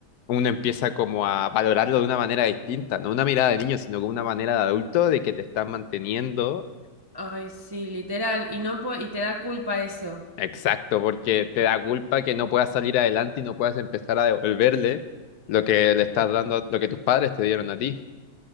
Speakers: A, on the left; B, on the right.
A: uno empieza como a valorarlo de una manera distinta, no una mirada de niño, sino con una manera de adulto de que te están manteniendo
B: Ay, sí, literal. Y no po- y te da culpa eso.
A: Exacto, porque te da culpa que no puedas salir adelante y no puedas empezar a devolverle lo que le estás dando, a- lo que tus padres te dieron a ti.